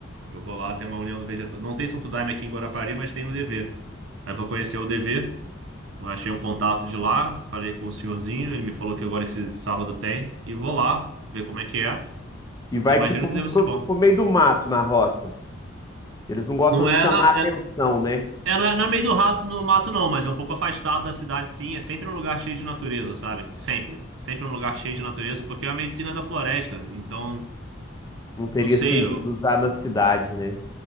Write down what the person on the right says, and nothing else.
Eu vou lá, tem uma União do Vegetal. Não tem Santo Daime aqui em Guarapari, mas tem no DV. Aí eu vou conhecer o DV. Achei um contato de lá, falei com o senhorzinho, ele me falou que agora esse sábado tem, e vou lá ver como é que é.
E imagino
que deve
ser bom.
Não
é
na,
é,
é, não é, não é meio do rato no mato, não, mas é um pouco afastado da cidade, sim. É sempre um lugar cheio de natureza, sabe? Sempre. Sempre um lugar cheio de natureza, porque é a medicina da floresta. Então,
não sei,
eu,